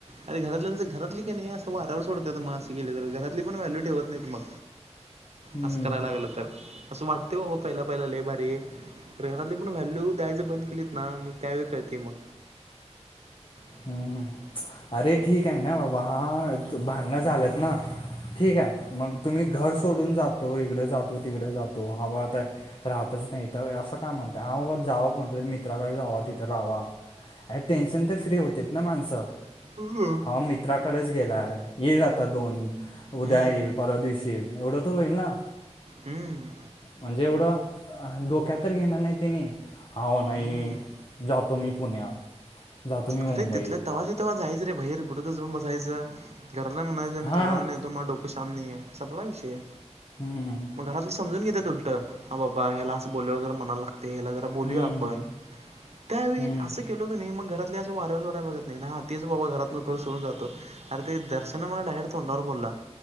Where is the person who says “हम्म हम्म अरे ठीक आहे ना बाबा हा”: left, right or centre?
Left